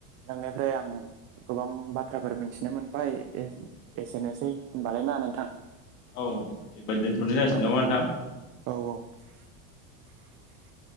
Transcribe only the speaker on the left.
औ एबादि दोनथ'नाय जासिग
नामा नोंथां